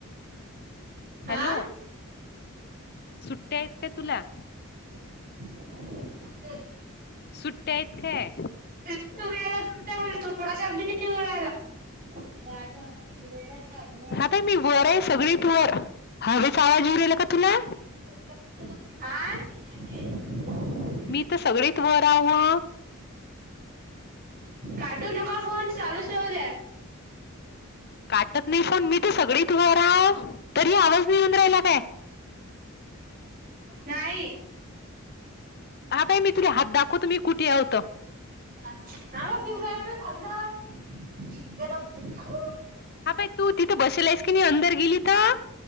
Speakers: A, on the right; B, on the left.
A: हा
B: हॅलो! सुट्टया आहेत का तुला?
A: <unintelligible> माझं <unintelligible>
B: सुट्ट्या आहेत काय
A: तुमचा आवज थोडासा बी नाही येऊ राहिला <unintelligible> ग्रेडा <unintelligible>
B: ताई मी वर आहे सगळीत वर, हवेचा आवाज येऊ राहिला का तुला?
A: हां
B: मी तर सगळेत वर आवा
A: काटू नका फोन चालूच राहू द्या.
B: काटत नाही फोन, मी तर सगळीत वर हाव. तरी आवाज नाही येऊन राहिला काय?
A: नाही.
B: <inaudible> हां ताई मी तुले हात दाखवतो मी कुठे हाव तर
A: आवाज येऊन राहिला ना खालन <inaudible>
B: हां ताई तू तिथं बसलेस की नाही अंदर गेलीत?